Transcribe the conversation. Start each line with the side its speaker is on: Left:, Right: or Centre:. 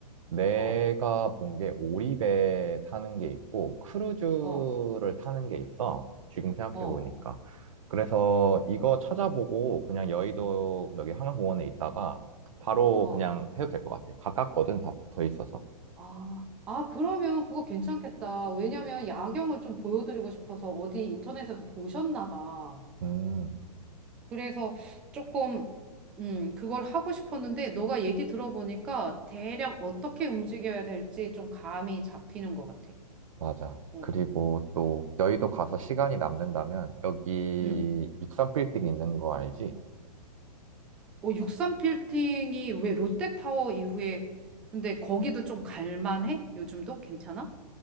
Right: 내가
Centre: 어,
Right: 본 게 오리배 타는 게 있고 크루즈를
Centre: 어,
Right: 타는 게 있어. 지금 생각해보니까.
Centre: 어,
Right: 그래서 이거 찾아보고 그냥 여의도 여기 한강공원에 있다가 바로
Centre: 어.
Right: 그냥 해도 될 것 같아. 가깝거든. 다 붙어 있어서.
Centre: 아, 아, 그러면 그거 괜찮겠다. 왜냐면 야경을 좀 보여드리고 싶어서 어디 인터넷에서 보셨나 봐.
Right: 음.
Centre: 그래서 조금, 음, 그걸 하고 싶었는데 너가 얘기 들어보니까 대략 어떻게 움직여야 될지 좀 감이 잡히는 것 같아.
Right: 맞아.
Centre: 어,
Right: 그리고 또 여의도 가서 시간이 남는다면 여기
Centre: 음.
Right: 육삼 빌딩 있는 거 알지?
Centre: 어, 63 빌딩이 왜 롯데타워 이후에 근데 거기도 좀 갈만해? 요즘도 괜찮아?